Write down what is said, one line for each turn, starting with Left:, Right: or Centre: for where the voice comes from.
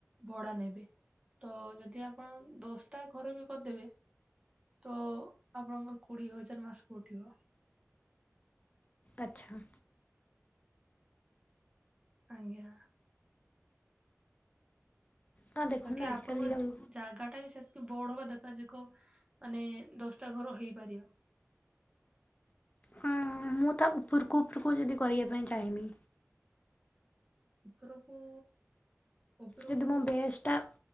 Right: ଭଡା ନେବେ। ତ ଯଦି ଆପଣ ଦଶଟା ଘର ବି କରିଦେବେ ତ ଆପଣଙ୍କ ମ କୋଡିଏ ହଜାର ମାସକୁ ଉଠିବ।
Left: ଆଚ୍ଛା।
Right: ଆଜ୍ଞା।
Left: ହଁ ଦେଖନ୍ତୁ
Right: ବାକି
Left: ଆଜିକାଲି
Right: ଆପଣଙ୍କ
Left: ଆଉ
Right: ଜାଗା ଟା ବି ସେତିକି ବୋଡ ହବା ଦରକାର ଦେଖ ମାନେ ଦଶଟା ଘର ହେଇପାରିବ।
Left: ହଁ ମୁଁ ତା ଉପରକୁ ଉପରକୁ ଯଦି କରିବା ପାଇଁ ଚାହିଁବି
Right: ଉପରକୁ ଉପରକୁ
Left: ଯଦି ମୁଁ ବେସ୍ ଟା
Right: କ-